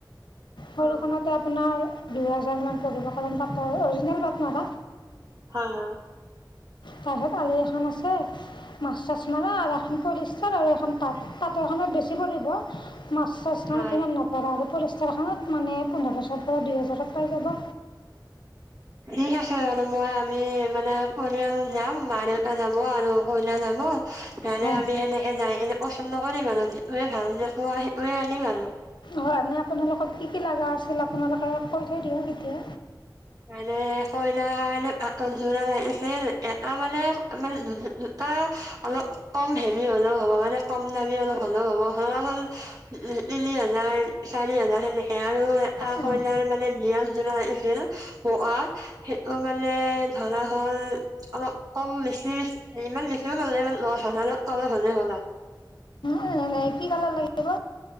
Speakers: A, on the left (about 85°); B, on the right (about 55°).
A: সৰুখনতে
B: অ
A: আপোনাৰ দুই হাজাৰ মান পৰিব, কাৰণ পাতৰ অৰিজিনেল পাটমৰা,
B: হয় হয়
A: তাৰপিছত আৰু এখন আছে মাছ চাছ মাৰা <unintelligible> পলিষ্টাৰ আৰু এখন পাত পাতৰখনত বেছি পৰিব, মাছ চাছখনত
B: হয়
A: সিমান নপৰে আৰু পলিষ্টাৰখনত মানে পোন্ধৰচৰ পৰা দুই হেজাৰত পাই যাব।
B: ঠিক আছে বাৰু মই আমি মানে পৰিয়াল যাম, মা দেউতা যাব আৰু কইনা যাব মানে
A: হয়
B: আমি সেনেকে যায় কেনে পচন্দ কৰিম আৰু কি টোৱে ভাল দেখুওৱা সেইটোৱে আনিম আৰু।
A: হয়, এনে আপোনালোকক কি- কি লাগা আছিল, আপোনালোকে কৈ থৈ দিয়ক এতিয়া।
B: মানে কইনাৰ কাৰণে পাতৰ যোৰা লাগিছিল এটা মানে- মানে দুটা অলপ কম হেৰী হ'লেও হ'ব মানে কম দামী অলপ হলেও হ'ব, ধৰা হ'ল তিনি হাজাৰ চাৰি হাজাৰ সেনেকে আৰু এটা
A: অঁ
B: কইনাৰ
A: হয়
B: মানে বিয়া জোৰা লাগিছিল বগা সেইটো মানে ধৰা হ'ল অলপ কম বেছি ইমান বেছিও নালাগে ইমান দচ হাজাৰ অলপ কমত হ'লে হ'ল আৰু।
A: নাই -নাই কি কালাৰ লাগিব।